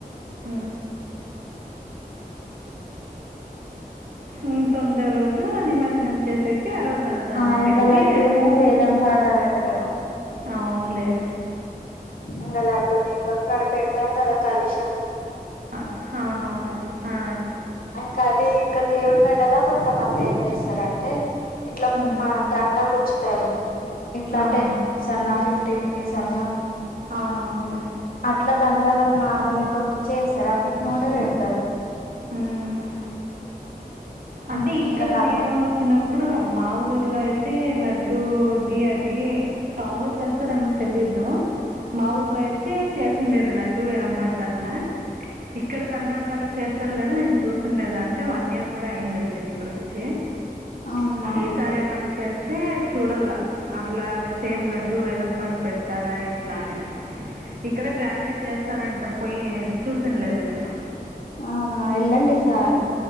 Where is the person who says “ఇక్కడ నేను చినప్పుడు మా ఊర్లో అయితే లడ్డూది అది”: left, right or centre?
Right